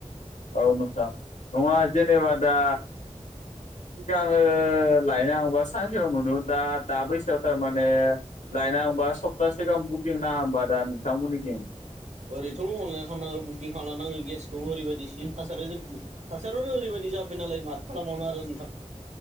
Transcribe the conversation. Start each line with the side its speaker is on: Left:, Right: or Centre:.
Left: औ नोंथां नङा जेनेबा दा सिगाङो लायनाङोबा सानसेेबो मोनोम दा -दा बैसोआव थारमाने लायनोङाबा सप्ता सिगां बुकिं नाङा होनबा दा नोंथांमोननिथिं
Right: ओरैथ' अनलाइन खालामनांगो बुकिं खालामनांगो गेसखौबो ओरैबायदिस्लि थासारि थासारियावनो ओरैबायदि जाबाय नालाय माथो खालामबावनो आरो नोंथां।